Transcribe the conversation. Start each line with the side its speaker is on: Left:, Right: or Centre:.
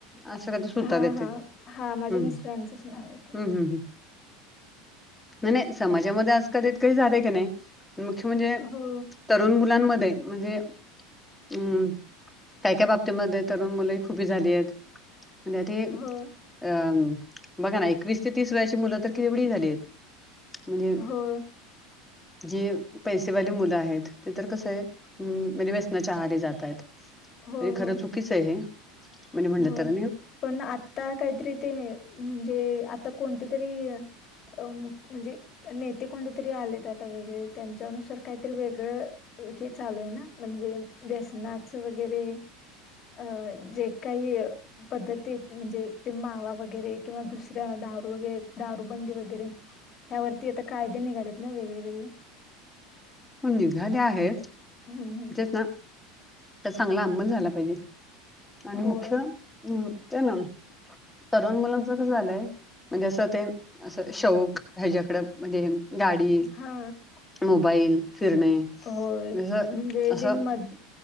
Centre: असं कायतर सुतार
Left: हा
Centre: येते.
Left: हा हा माझ्या
Centre: हम्म
Left: मिस्टरांचंच नाव आहे ते
Centre: हम्म हम्म हम्म. नाही -नाही. समाजामध्ये आजकाल इतकरी झाले का नाही. मुख्य म्हणजे
Left: हो
Centre: तरुण मुलांमध्ये म्हणजे हम्म काय -काय बाबतीमध्ये तरुण मुले खूपी झाली आहेत. म त्या ती
Left: हो
Centre: अम बघा ना एकवीस ते तीस वयाची मुलं तर केवढी झाली आहेत. म्हणजे
Left: हो
Centre: जी पैसेवाली मुलं आहेत ते तर कसं आहे म्हणजे व्यसनाच्या आहारी जात आहेत.
Left: हो
Centre: म्हे खरं
Left: हो
Centre: चुकीच आहे म्हणे म्हणलं
Left: होय
Centre: तर.
Left: पण आता काहीतरी ते म्हणजे आता कोणते तरी अ म्हणजे नेते कोणते तरी आलेत आता वेगळे त्यांच्यानुसार काहीतरी वेगळं हे चालू आहे ना म्हणजे व्यसनाच वगैरे अ जे काही पद्धतीत म्हणजे ते मावा वगैरे किंवा दुसऱ्या दारू वगैरे दारूबंदी वगैरे. ह्या वरती आता कायदे निघालेत ना वेगळे-वेगळे.
Centre: पण निघाले आहेत.
Left: हम्म.
Centre: चांगला अंमल झाला पाहिजे, आणि
Left: होय
Centre: मुख्य हम्म त्या ना तरुण मुलांचं कस झालंय म्हणजे असं ते असं शौक ह्याच्याकडे म्हणजे गाडी,
Left: हा
Centre: - मोबाईल, फिरणे.
Left: होय
Centre: जस
Left: म्हणजे
Centre: असं
Left: जे मज